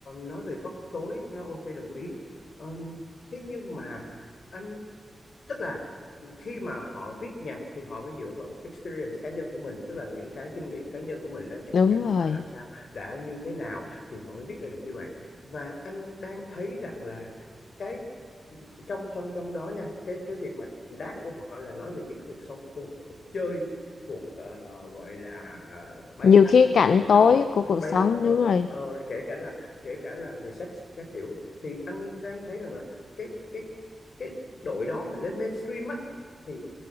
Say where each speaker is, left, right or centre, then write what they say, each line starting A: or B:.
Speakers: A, on the left (about 55°); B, on the left (about 75°).
A: nói về góc tối nó ok đồng ý Ờm, thế nhưng mà anh tức là khi mà họ viết nhạc thì họ phải dựa vào experience cá nhân của mình tức là những cái kinh nghiệm cá nhân của mình đã
B: đúng
A: trải
B: rồi
A: qua làm sao đã như thế nào thì họ mới viết ra được như vậy và anh đang thấy rằng là cái trong trong trong đó nha cái cái việc mà đát của họ là nói về những cái cuộc sống cuộc, cuộc chơi cuộc ờ, gọi là ờ, bay
B: nhiều
A: lắc
B: khía
A: các
B: cạnh
A: kiểu này
B: tối
A: nọ
B: của cuộc
A: bay
B: sống
A: lắc ờ,
B: đúng rồi
A: ờ, kể cả là kể cả là về sex các kiểu thì anh đang thấy rằng là cái cái cái đội đó mà lên mainstream á thì